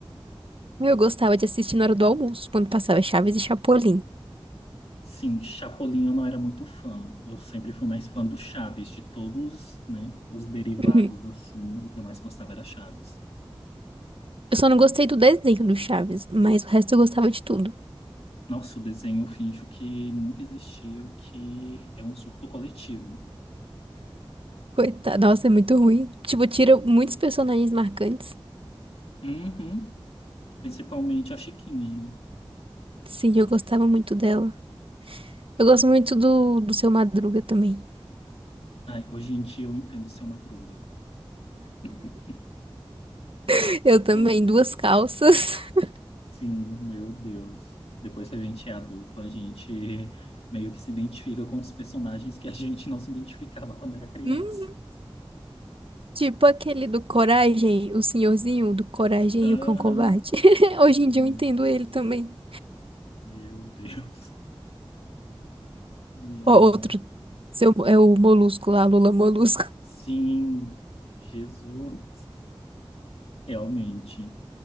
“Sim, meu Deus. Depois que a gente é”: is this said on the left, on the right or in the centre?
Left